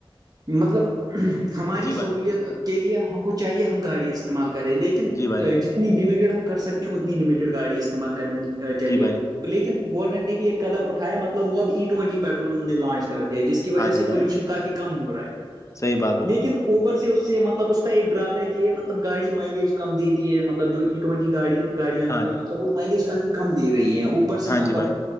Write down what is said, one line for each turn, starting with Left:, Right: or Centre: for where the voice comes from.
Right: مطلب ہماری
Left: جی
Right: سہولیت
Left: بھائی جان
Right: کے لیے ہم کو چاہیے ہم گاڑی استعمال کریں لیکن
Left: جی بھائی
Right: لن
Left: جان
Right: جتنی لمیٹیڈ ہم کر سکتے ہیں اتنی لمیٹیڈ گاڑی استعمال کرنی چاہیے
Left: جی بھائی جان
Right: لیکن گورنمنٹ نے بھی ایک قدم اٹھایا مطلب وہ اب ای ٹوینٹی پیٹرول نے لانچ کر دیا جس وجہ
Left: ہاں جی
Right: سے
Left: بھائی
Right: پولوشن کافی کم ہو رہا ہے
Left: صحیح بات بولی
Right: لیکن اوبر سے اس سے مطلب اس کا ایک ڈرا بیک یہ ہے مطلب گاڑی مائلیج کم دیتی ہے مطلب جو ای ٹوینٹی گاڑی گاڑیاں
Left: ہاں
Right: نہیں ہے
Left: جی
Right: مطلب وہ مائلیج کافی کم دے رہی ہے اوپر سے
Left: ہاں
Right: مطلب
Left: جی بھائی